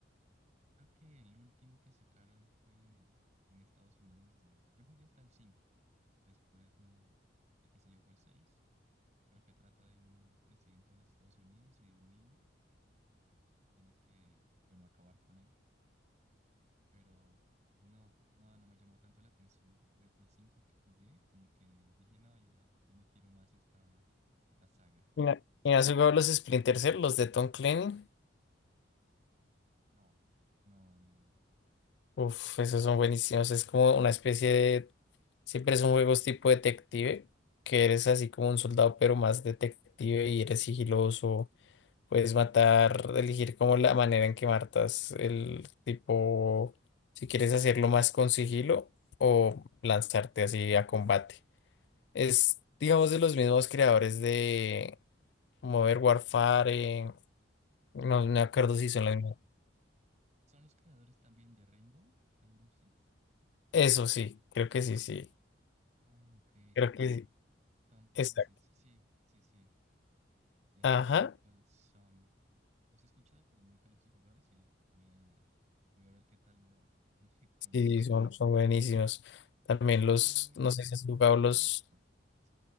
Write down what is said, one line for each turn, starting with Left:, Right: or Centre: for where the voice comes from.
Right: creo que el último que sacaron fue en Estados Unidos de... Yo jugué hasta el 5. Después no... El que salió fue el seis. pero que trata de un presidente de los Estados Unidos y de un niño. que tienes que, bueno, acabar con él. Pero no, no, no me llamó tanto la atención. Desde el 5 que jugué, como que dije, no, ya, ya no quiero más esta, esta saga.
Left: Mira, ¿y has jugado los Splinter Cell, los de Tom Clancy?
Right: No, no, no, no.
Left: Uf, esos son buenísimos. Es como una especie de... Siempre son juegos tipo detective, que eres así como un soldado, pero más detective y eres sigiloso. Puedes matar, elegir como la manera en que matas el tipo, si quieres hacerlo más con sigilo o lanzarte así a combate. Es, digamos, de los mismos creadores de Modern Warfare, No, no me acuerdo
Right: Son los,
Left: si son las mismas.
Right: son los creadores también de Rainbow, Rainbow Six.
Left: Eso sí, creo que sí, sí.
Right: Ah, ok.
Left: Creo que sí.
Right: Tom Clancy,
Left: Exacto.
Right: sí, sí, sí. sí. Ya
Left: Ajá.
Right: sé cuáles son. Los he escuchado, pero nunca los he jugado, así voy a, voy a ver qué tal me va <laughs> con, con uno
Left: Sí,
Right: de
Left: son,
Right: esos.
Left: son buenísimos. También
Right: ¿Tú
Left: los,
Right: alguna vez?
Left: no sé si has jugado
Right: Ah, perdóname.
Left: los,
Right: con- Sí.